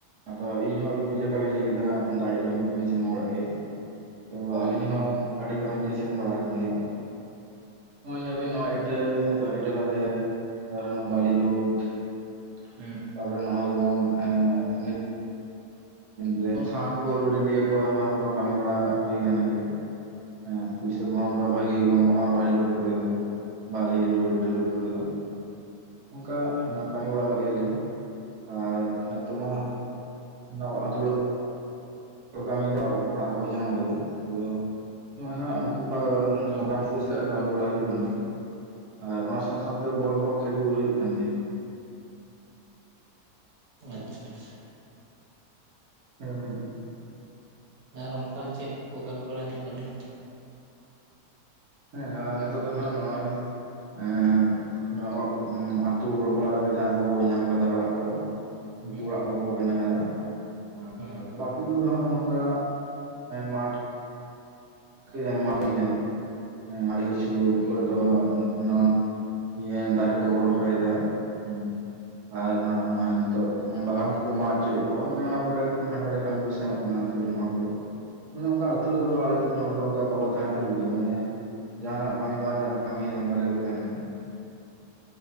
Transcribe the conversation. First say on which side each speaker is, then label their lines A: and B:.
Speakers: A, on the right; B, on the right.
A: ᱦᱚᱭ ᱤᱧᱦᱚᱸ ᱟᱫᱚ ᱤᱧᱦᱚᱸ ᱟᱵᱤᱱ ᱵᱤᱡᱠᱟ ᱵᱮᱤᱱ ᱞᱟᱹᱭ ᱠᱮᱫᱟ ᱟᱹᱰᱤᱰᱤ ᱠᱟᱹᱢᱤ ᱠᱚᱵᱤᱱ ᱥᱮᱱᱚᱜ ᱵᱟᱲᱟᱜ ᱜᱮᱭᱟ ᱛᱚ
B: ᱦᱮᱸ
A: ᱟᱹᱞᱤᱧ ᱦᱚᱸ ᱜᱟᱹᱰᱤ ᱠᱟᱜᱡᱽᱞᱤᱧ ᱥᱮᱱ ᱵᱟᱲᱟ ᱟᱠᱟᱱ ᱜᱮᱭᱟ ᱱᱚᱜᱚᱭ ᱧᱮᱞᱵᱤᱱ ᱱᱚᱣᱟ ᱤᱴᱟᱹ ᱦᱚᱭᱛᱚ ᱤᱴᱟᱹ ᱵᱟᱫᱮ ᱛᱟᱨᱮ ᱱᱚᱣᱟ ᱵᱟᱞᱤ ᱞᱩᱰ
B: ᱦᱩᱸ
A: ᱛᱟᱯᱚᱨᱮ ᱱᱚᱣᱟ ᱟᱞᱳᱲᱳᱱ ᱢᱟᱱᱮ ᱮᱢᱱᱤ ᱡᱚᱛᱚ ᱥᱟᱶ ᱜᱮᱠᱚ ᱞᱳᱰ ᱤᱫᱤᱭᱟ ᱠᱚᱣᱟ ᱟᱫᱚ ᱠᱟᱹᱢᱤ ᱱᱟᱲᱟ ᱦᱩᱭ ᱜᱟᱱ ᱜᱮᱭᱟ ᱦᱮᱸ ᱯᱩᱭᱥᱟᱹ ᱠᱚᱦᱚᱸ ᱚᱱᱠᱟ ᱵᱷᱟᱜᱤ ᱜᱮ ᱠᱚᱢᱚᱜᱼᱟ ᱵᱟᱞᱤ ᱞᱳᱰ ᱠᱚᱨᱮ ᱫᱚ ᱵᱟᱞᱤ ᱞᱳᱰ ᱮᱴᱟ. ᱞᱳᱰ ᱠᱚᱨᱮ ᱫᱚ ᱚᱱᱠᱟ ᱦᱟᱱᱟ ᱠᱟᱹᱢᱤ ᱵᱟᱲᱟ ᱜᱮᱭᱟᱞᱤᱧ ᱟᱨ ᱱᱤᱛᱚᱜ ᱢᱟ ᱦᱟᱜ ᱚᱱᱟ ᱟᱛᱩ ᱚᱲᱟᱜ ᱠᱟᱹᱢᱤ ᱫᱚ ᱚᱲᱟᱜ ᱠᱚᱠᱚ ᱧᱟᱢ ᱠᱟᱫᱟ ᱟᱫᱚ ᱱᱚᱣᱟ ᱦᱟᱜ
B: ᱦᱮᱸ
A: ᱯᱟᱠᱟ ᱢᱤᱥᱛᱤᱨᱤ ᱥᱟᱞᱟᱜ ᱠᱟᱹᱢᱤ ᱵᱟᱲᱟ ᱦᱩᱭᱩᱜ ᱠᱟᱱᱟ ᱟᱨ ᱚᱱᱟ ᱥᱟᱶ ᱥᱟᱶᱛᱮ ᱵᱚᱞ ᱦᱚᱸ ᱠᱷᱮᱞ ᱦᱩᱭᱩᱜ ᱠᱟᱱ ᱜᱮᱭᱟ
B: ᱟᱪᱪᱷᱟ ᱟᱪᱪᱷᱟ
A: ᱦᱮᱸ
B: ᱟᱨ ᱚᱱᱠᱟ ᱪᱮᱫ ᱠᱚ ᱠᱟᱹᱢᱤ ᱵᱟᱲᱟᱭ ᱦᱩᱭᱩᱜ ᱠᱟᱱᱟ?
A: ᱦᱮᱸ ᱟᱨ ᱱᱮᱛᱚᱜ ᱫᱚᱱ ᱦᱟᱸᱜ ᱱᱚᱜᱼᱚᱭ ᱮᱸ ᱱᱚᱣᱟ ᱟᱹᱛᱩ ᱚᱲᱟᱜ ᱨᱮ ᱡᱟᱦᱟᱸ ᱵᱚ ᱧᱟᱢ ᱠᱟᱫᱟ ᱚᱲᱟᱜ ᱠᱚ ᱩᱱᱠᱩ
B: ᱦᱮᱸ
A: ᱚᱲᱟᱜ ᱠᱚᱠᱚ ᱵᱮᱱᱟᱣ ᱮᱫᱟ
B: ᱦᱮᱸ
A: ᱟᱨ ᱵᱟᱠᱤ ᱠᱚᱫᱚ ᱦᱟᱸᱜ ᱱᱚᱸᱜ ᱱᱚᱝᱠᱟ ᱢᱟᱴᱷ ᱠᱮ ᱟᱭᱢᱟ ᱦᱩᱭ ᱟᱠᱟᱱ ᱟᱰᱤ ᱠᱤᱪᱷᱩ
B: ᱦᱮᱸ
A: ᱚᱠᱚᱭ ᱫᱚ ᱱᱟᱱ ᱤᱭᱟᱹ ᱫᱟᱨᱮ ᱠᱚᱠᱚ ᱨᱚᱦᱚᱭᱮᱫᱟ ᱦᱮᱸ ᱟᱨ ᱱᱟᱜ ᱱᱚᱜᱼᱚᱭ ᱱᱤᱛᱚᱜ ᱵᱟᱜᱟᱱ ᱠᱚᱠᱚ ᱢᱟᱜ ᱦᱚᱪᱚᱭᱮᱫ ᱠᱚᱣᱟ ᱢᱟᱱᱮ ᱚᱱᱟ ᱠᱚᱨᱮ ᱦᱟᱸᱰᱮ ᱱᱟᱸᱰᱮ ᱠᱟᱢᱤ ᱠᱚ ᱥᱮᱱᱚᱜ ᱠᱟᱱᱟ ᱦᱚᱲ ᱠᱚ ᱢᱟᱱᱮ ᱚᱱᱠᱟ ᱟᱹᱛᱩ ᱨᱮᱫᱚ ᱟᱞᱮ ᱟᱹᱛᱩ ᱨᱮᱱ ᱦᱚᱲ ᱚᱱᱠᱟ ᱵᱟᱵᱚ ᱛᱟᱦᱮᱸ ᱛᱷᱤᱨᱚᱜ ᱜᱮᱭᱟ ᱢᱟᱱᱮ ᱡᱟᱦᱟᱱᱟᱜ ᱠᱟᱹᱢᱤ ᱵᱟᱝ ᱡᱟᱦᱟᱱᱟᱜ ᱠᱟᱹᱢᱤ ᱫᱷᱟᱱᱫᱟ ᱨᱮᱜᱮ ᱠᱚ ᱛᱟᱦᱮᱱᱟ᱾